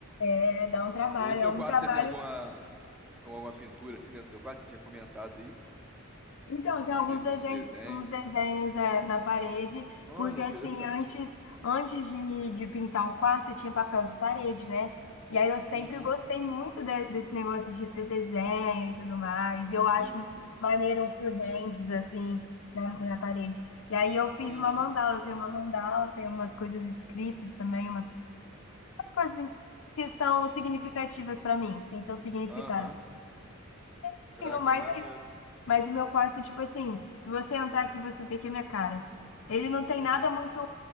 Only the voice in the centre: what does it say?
E Em seu
quarto
você tem alguma, alguma pintura assim dentro do seu quarto? Você tinha comentado aí?
Você
tem algum desenho?
Olha,
interessante.
Uhum,
sim.
Uhum,
aham.
Caraca,
maneiro.
<laughs>